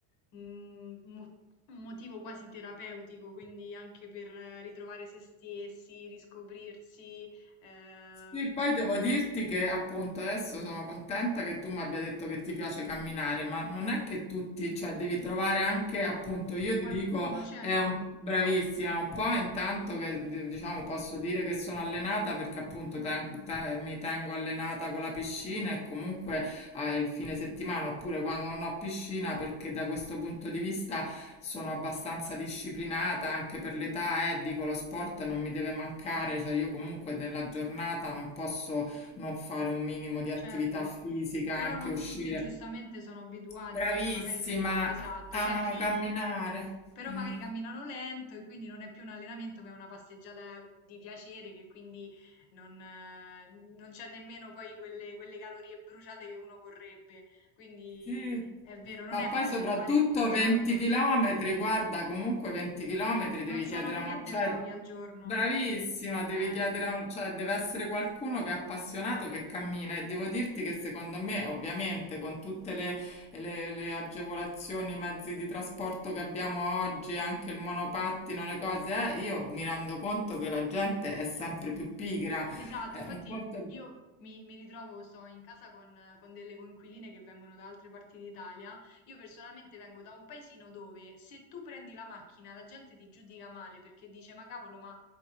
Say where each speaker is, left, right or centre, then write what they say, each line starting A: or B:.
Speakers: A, on the left; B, on the left.
A: un, un mo- un motivo quasi terapeutico, quindi anche per eh, ritrovare se stessi, riscoprirsi, ehm,
B: Sì, poi devo dirti che appunto adesso sono contenta che tu mi abbia detto che ti piace camminare, ma non è che tutti, cioè devi trovare anche appunto, io
A: qualcuno,
B: ti dico,
A: certo,
B: è un, bravissima, è un po' intanto che di- diciamo posso dire che sono allenata perché appunto ten- te- mi tengo allenata con la piscina e comunque eh, il fine settimana oppure quando non ho piscina perché da questo punto di vista sono abbastanza disciplinata anche per l'età, eh, dico lo sport non mi deve mancare, cioè io comunque nella giornata non posso non fare un minimo di attività
A: certo.
B: fisica,
A: Però
B: anche
A: non
B: uscire.
A: tutti giustamente sono abituati,
B: Bravissima,
A: quindi magari... Esatto,
B: amano
A: c'è chi
B: camminare.
A: però
B: Mm,
A: magari camminano lento e quindi non è più un allenamento, ma è una passeggiata di piacere che quindi non, eh, non c'è nemmeno poi quelle, quelle calorie bruciate che uno vorrebbe. Quindi
B: sì.
A: è vero, non
B: Ma
A: è
B: poi
A: facile
B: soprattutto
A: trovare, esatto,
B: 20 km, guarda, comunque 20 km
A: non
B: devi
A: sono
B: chiedere
A: per
B: a
A: niente
B: una... Cioè,
A: pochi al giorno.
B: Bravissima, devi
A: Eh.
B: chiedere a un, cioè deve essere qualcuno che è appassionato, che cammina e devo dirti che secondo me, ovviamente, con tutte le, le- le agevolazioni, i mezzi di trasporto che abbiamo oggi, anche il monopattino, le cose, eh, io mi rendo conto che la gente è sempre più pigra.
A: Esatto,
B: Eh,
A: infatti
B: un conto... è-
A: io mi, mi ritrovo, sto in casa con, eh, con delle coinquiline che vengono da altre parti d'Italia. Io personalmente vengo da un paesino dove se tu prendi la macchina la gente ti giudica male perché dice ma cavolo, ma